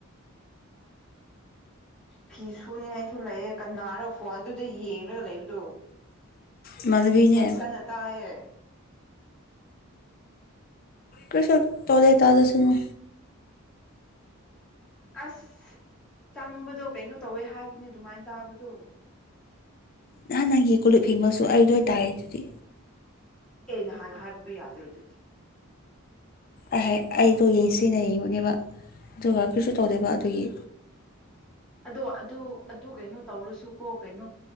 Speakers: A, in the centre; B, on the left.
A: ꯐꯤ ꯁꯨꯅꯤꯉꯥꯏꯁꯨ ꯂꯩꯌꯦ ꯀꯅꯔ ꯐꯣꯟ ꯑꯗꯨꯗ ꯌꯦꯡꯂꯒ ꯂꯩꯕꯗꯣ꯫
B: ꯏꯃꯥꯟꯅꯕꯤꯅꯦ
A: ꯐꯖꯅ ꯑꯇꯥꯌꯦ
B: ꯀꯔꯤꯁꯨ ꯇꯧꯗꯦ ꯇꯥꯖꯁꯅꯨ꯫
A: ꯑꯁ ꯆꯪꯕꯥꯗꯣ ꯀꯩꯅꯣ ꯇꯧꯋꯦ ꯍꯥꯏꯕꯅꯦ ꯑꯗꯨꯃꯥꯏꯅ ꯇꯥꯕꯗꯣ
B: ꯅꯍꯥꯟ ꯅꯪꯒꯤ ꯀꯣꯜꯂꯤꯛ ꯐꯦꯡꯕꯥꯁꯨ ꯑꯩ ꯂꯣꯏ ꯇꯥꯏꯌꯦ ꯑꯗꯨꯗꯤ
A: ꯑꯦ ꯅꯍꯥꯟ ꯍꯥꯏꯕꯗꯣ ꯌꯥꯗ꯭ꯔꫭ ꯑꯗꯨꯗꯤ
B: ꯑꯍ ꯑꯩꯗꯣ ꯌꯦꯡ ꯁꯤꯟꯅꯕꯅꯦꯕ ꯑꯗꯨꯒ ꯀꯔꯤꯁꯨ ꯇꯧꯗꯦꯕ ꯑꯗꯨꯒꯤ
A: ꯑꯗꯣ ꯑꯗꯨ ꯑꯗꯨ ꯀꯩꯅꯣ ꯇꯧꯔꯥꯁꯨ ꯀꯣ ꯀꯩꯅꯣ